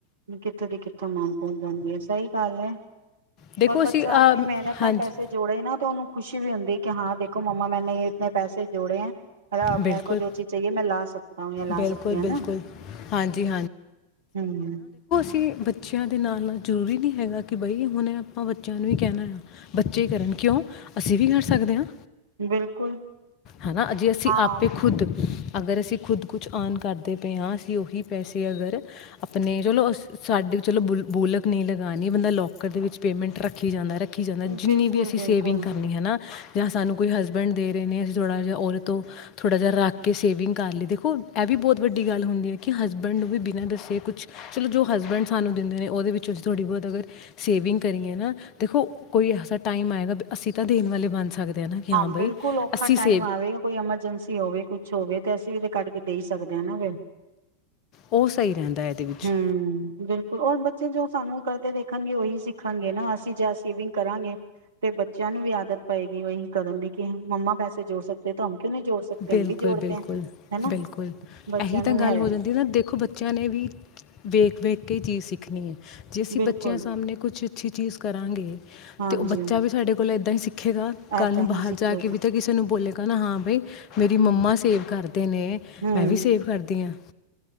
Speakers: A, on the right; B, on the left.
A: ਕਿੱਥੋਂ ਦੀ ਕਿੱਥੋਂ ਅਮਾਊਂਟ ਪਹੁੰਚ ਜਾਂਦੀ ਹੈ। ਸਹੀ ਕਾਲ ਹੈ।
B: ਦੇਖੋ
A: ਪਰ ਬੱਚਾ
B: ਅਸੀਂ
A: ਆਪਣੀ
B: ਅਮ,
A: ਮਿਹਨਤ ਨਾਲ
B: ਹਾਂਜੀ
A: ਪੈਸੇ ਜੋੜੇ ਤੇ ਉਹਨੂੰ ਖੁਸ਼ੀ ਵੀ ਹੁੰਦੀ। ਕੇ ਹਾਂ ਦੇਖੋ ਮੰਮਾ ਮੈਂਨੇ ਇਤੇ ਪੈਸੇ ਜੋੜੇ ਹੈ। ਅਬ
B: ਬਿਲਕੁਲ
A: ਮੇਰੇ ਕੋ ਜੋ ਚੀਜ਼ ਚਾਹੀਏ ਮੈਂ ਲਾ ਸਕਤਾ ਹੂ ਜਾਂ ਲਾ
B: ਬਿਲਕੁਲ
A: ਸਕਤੀ ਹੈ
B: ਬਿਲਕੁਲ
A: ਨਾ
B: ਹਾਂਜੀ
A: ਹ
B: ਕਿ ਬੱਚਿਆਂ ਦੇ ਨਾਲ-ਨਾਲ ਜ਼ਰੂਰੀ ਨਹੀਂ ਹੈਗਾ ਕਿ ਬਈ ਹੁਣ ਆਪਾਂ ਬੱਚਿਆਂ ਨੂੰ ਵੀ ਕਹਿਣਾ ਆ ਬੱਚੇ ਕਰਨ ਕਿਉਂ ਅਸੀਂ ਵੀ ਕਰ ਸਕਦੇ ਹਾਂ।
A: ਬਿਲਕੁਲ
B: ਹਨਾ ਜੇ ਅਸੀਂ
A: ਹਾਂ
B: ਆਪੇ ਖੁਦ ਅਗਰ ਅਸੀਂ ਖੁਦ ਕੁਛ ਔਨ ਕਰਦੇ ਪਏ ਹਾਂ ਅਸੀਂ ਉਹੀ ਪੈਸੇ ਅਗਰ ਆਪਣੇ ਚਲੋ ਅ ਸਾਡੇ ਚਲੋ ਬੁਲ ਬੋਲਕ ਨਹੀਂ ਲਗਾਉਣੀ ਬੰਦਾ ਲੋਕੌਕਰ ਦੇ ਵਿੱਚ ਪੇਮੈਂਟ ਰੱਖੀ ਜਾਂਦਾ ਰੱਖ ਰੱਖੀ ਜਾਂਦਾ ਜਿੰਨੀ
A: ਬਿਲਕੁਲ
B: ਵੀ ਅਸੀਂ
A: ਬਿਲਕੁਲ
B: ਸੇਵਿੰਗ ਕਰਨੀ ਹੈ ਨਾ ਜਾਂ ਸਾਨੂੰ ਕੋਈ ਹਸਬੈਂਡ ਦੇ ਰਹੇ ਨੇ ਅਸੀਂ ਥੋੜਾ ਜਿਹਾ ਉਹਦੇ ਤੋਂ ਥੋੜ੍ਹਾ ਜਿਹਾ ਰੱਖ ਕੇ ਸੇਵਿੰਗ ਕਰ ਲਈ ਦੇਖੋ ਇਹ ਵੀ ਬਹੁਤ ਵੱਡੀ ਗੱਲ ਹੁੰਦੀ ਹੈ। ਕਿ ਹਸਬੈਂਡ ਨੂੰ ਵੀ ਬਿਨਾਂ ਦੱਸੇ ਕੁਛ ਚਲੋ ਜੋ ਹਸਬੈਂਡ ਸਾਨੂੰ ਦਿੰਦੇ ਨੇ ਉਹਦੇ ਵਿੱਚੋਂ ਅਸੀਂ ਥੋੜ੍ਹੀ ਬਹੁਤ ਅਗਰ ਸੇਵਿੰਗ ਕਰੀਏ ਨਾ ਦੇਖੋ ਕੋਈ ਐਸਾ ਟਾਈਮ ਆਏਗਾ ਅਸੀਂ ਤਾਂ ਦੇਣ ਵਾਲੇ ਬਣ ਸਕਦੇ ਆ ਨਾ ਕਿ
A: ਹਾਂ,
B: ਬਈ
A: ਬਿਲਕੁਲ ਔਖਾ
B: ਅਸੀਂ ਸੇਵ
A: ਟਾਈਮ ਆਵੇ ਕੋਈ ਐਮਰਜੈਂਸੀ ਹੋਵੇ ਕੁਛ ਹੋਵੇ ਤੇ ਅਸੀਂ ਵੀ ਤੇ ਕੱਢ ਕੇ ਦੇ ਹੀ ਸਕਦੇ ਹਾਂ ਨਾ ਫਿਰ
B: ਉਹ ਸਹੀ ਰਹਿੰਦਾ ਹੈ ਇਹਦੇ ਵਿੱਚ
A: ਹੂ ਬਿਲਕੁਲ ਉਹ ਬੱਚੇ ਜੋ ਸਾਨੂੰ ਕਰਦੇ ਦੇਖਣਗੇ ਉਹੀ ਸਿੱਖਣਗੇ ਨਾ ਅਸੀਂ ਜਾਂ ਸੇਵਿੰਗ ਕਰਾਂਗੇ ਤੇ ਬੱਚਿਆਂ ਨੂੰ ਵੀ ਆਦਤ ਪਏਗੀ ਉਹੀ ਕਰਨ ਦੀ ਕਿ ਮੰਮਾ ਪੈਸੇ ਜੋੜ ਸਕਦੇ ਤੋ ਹਮ ਕਿਉਂ ਨਹੀਂ ਜੋੜ ਸਕਤੇ
B: ਬਿਲਕੁਲ
A: ਹਮ ਵੀ ਜੋੜਤੇ
B: -ਬਿਲਕੁਲ
A: ਹੈ ਹੈਨਾ
B: -ਬਿਲਕੁਲ
A: ਬੱਚਿਆਂ
B: ਇਹੀ ਤਾਂ
A: ਨੂੰ ਵੀ
B: ਗੱਲ ਹੋ ਜਾਂਦੀ ਹੈ। ਨਾ ਦੇਖੋ ਬੱਚਿਆਂ ਨੇ ਵੀ ਵੇਖ-ਵੇਖ ਕੇ ਹੀ ਚੀਜ਼ ਸਿੱਖਣੀ ਹੈ। ਜੇ ਅਸੀ
A: ਬਿਲਕੁਲ
B: ਬੱਚਿਆਂ ਸਾਹਮਣੇ ਕੁੱਛ ਅੱਛੀ ਚੀਜ਼ ਕਰਾਂਗੇ
A: ਹਾਂਜੀ
B: ਤੇ ਉਹ ਬੱਚਾ ਵੀ ਸਾਡੇ ਕੋਲ ਓ ਇਦਾਂ ਹੀ ਸਿਖੇਗਾ ਕੱਲ
A: ਏਦਾਂ
B: ਨੂੰ
A: ਹੀ
B: ਬਾਹਰ
A: ਸਿੱਖੇਗਾ
B: ਜਾ ਕੇ ਵੀ ਤਾਂ ਕਿਸੇ ਨੂੰ ਬੋਲੇਗਾ ਨਾ ਹਾਂ ਬਈ ਮੇਰੀ
A: ਹੂੰ
B: ਮੰਮਾ ਸੇਵ ਕਰਦੇ ਨੇ
A: ਹੂੰ
B: ਮੈਂ ਵੀ ਸੇਵ ਕਰਦੀ ਹਾਂ